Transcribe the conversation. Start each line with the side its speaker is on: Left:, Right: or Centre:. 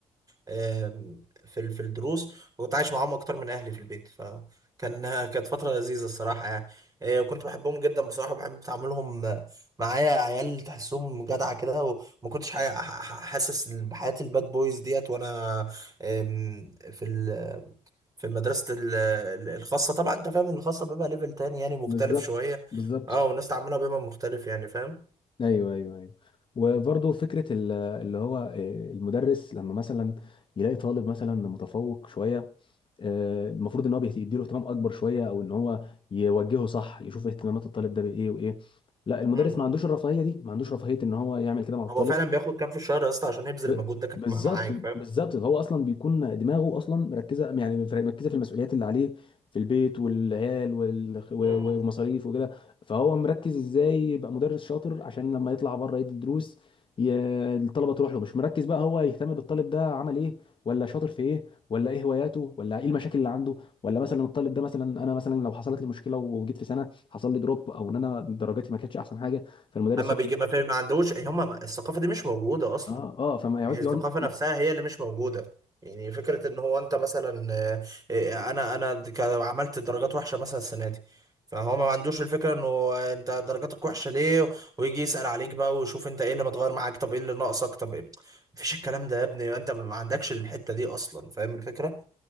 Right: آم، في ال- في الدروس وكنت عايش معاهم اكتر من اهلي في البيت فكان <laughs> كانت فتره لذيذه الصراحه يعني آه، وكنت بحبهم جدا بصراحه بحب تعاملهم معايا عيال تحسهم جدعه كده وما كنتش حا- ح- ح- حاسس بحياه الباد بويز ديت وانا آم، في ال في المدرسة ال- ال- الخاصة طبعا انت فاهم ان الخاصة بيبقى ليفل تاني يعني مختلف
Left: بالظبط
Right: شوية
Left: بالظبط
Right: اه والناس تعاملها بيبقى مختلف يعني فاهم
Left: ايوه ايوه ايوه وبرضو فكره ال- اللي هو آه، المدرس لما مثلا يلاقي طالب مثلا متفوق شويه آه، المفروض ان هو بيهت- يديله اهتمام اكبر شويه او ان هو يوجهه صح يشوف اهتمامات الطالب ده بايه وايه لا المدرس
Right: م-
Left: ما
Right: م.
Left: عندوش الرفاهيه دي ما عندوش رفاهيه ان هو يعمل كده مع الطالب
Right: هو فعلا بياخد كام في الشهر يا اسطى عشان يبذل
Left: ب-
Right: المجهود ده كان
Left: بالظبط
Right: مع- معاك فاهم
Left: بالظبط هو اصلا بيكون دماغه اصلا مركزه يعني مركزه في المسؤوليات اللي عليه في البيت والعيال وال- و-
Right: م- م.
Left: و- ومصاريف وكده فهو مركز ازاي يبقى مدرس شاطر عشان لما يطلع بره يدي دروس ي- الطلبه تروح له مش مركز بقى هو يهتم بالطالب ده عمل ايه ولا شاطر في ايه ولا ايه هواياته ولا ايه المشاكل اللي عنده ولا مثلا الطالب ده مثلا انا مثلا لو حصلت لي مشكله وجيت في سنه حصل لي دروب او ان انا درجاتي ما كانتش احسن حاجه فالمدرس
Right: اما
Left: يقعد
Right: بيجي ما فاهم ما عندوش هم الثقافة دي مش موجودة اصلا
Left: اه اه فما يقعد
Right: هي الثقافة
Left: يقعد
Right: نفسها هي اللي مش موجودة يعني فكرة ان هو انت مثلا آه، آه، انا انا د- كا- عملت درجات وحشة مثلا السنة دي فهو ما عندوش الفكرة انه انت درجاتك وحشة ليه ويجي يسأل عليك بقى ويشوف انت ايه اللي متغير معاك طب ايه اللي ناقصك طب ايه مفيش الكلام ده يا ابني انت ما عندكش الحتة دي اصلا فاهم الفكرة؟